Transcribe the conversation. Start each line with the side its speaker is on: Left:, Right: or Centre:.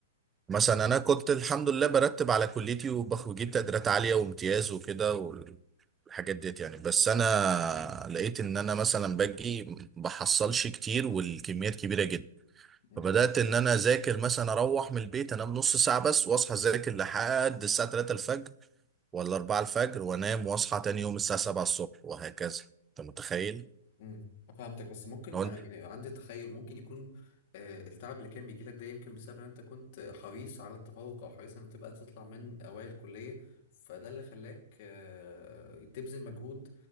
Right: مثلا انا كنت الحمد لله برتب على كليتي وبخ- وبجيب
Left: الحمد
Right: تقديرات
Left: لله
Right: عاليه وامتياز وكده والحاجات ديت يعني بس انا لقيت ان انا مثلا باجي بحصلش كتير والكميات كبيره جدا
Left: مم.
Right: فبدات ان انا اذاكر مثلا اروح من البيت انام نص ساعه بس واصحى اذاكر لحد الساعه 3 الفجر ولا 4 الفجر وانام واصحى تاني يوم الساعه 7 الصبح وهكذا انت متخيل
Left: امم فهمتك بس ممكن
Right: لو
Left: انا يعني عندي تخيل ممكن يكون آه، التعب اللي كان بيجي لك ده يمكن بسبب ان انت كنت حريص على التفوق او حريص ان تبقى تطلع من اوائل الكليه فده اللي خلاك آه، تبذل مجهود